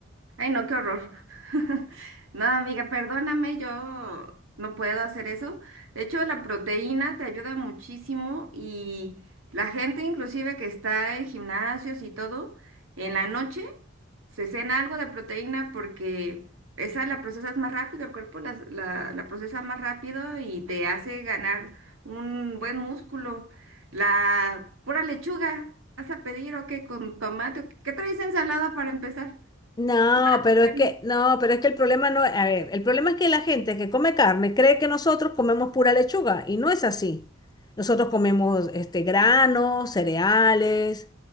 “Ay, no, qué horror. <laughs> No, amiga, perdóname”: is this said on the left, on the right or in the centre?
Right